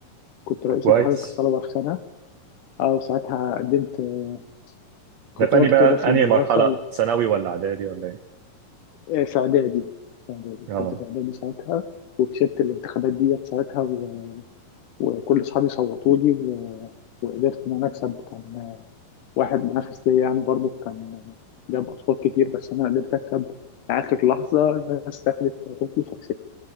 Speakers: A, on the left; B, on the right.
A: كنت رئيس
B: طب كويس
A: اتحاد الطلبه في سنه اه وساعتها قدمت آه،
B: ده
A: خطاب
B: في انهي بقى
A: كده في المدرسه
B: انهي مرحله
A: و...
B: ثانوي ولا اعدادي ولا ايه
A: آه، في اعدادي في اعدادي
B: اه
A: كنت في اعدادي ساعتها وكسبت الانتخابات ديت ساعتها و... وكل اصحابي صوتوا لي و... وقدرت ان انا اكسب كان واحد منافس ليا يعني برضو كان جاب اصوات كتير بس انا قدرت اكسب اخر لحظه الناس دخلت وقتت لي فكسبت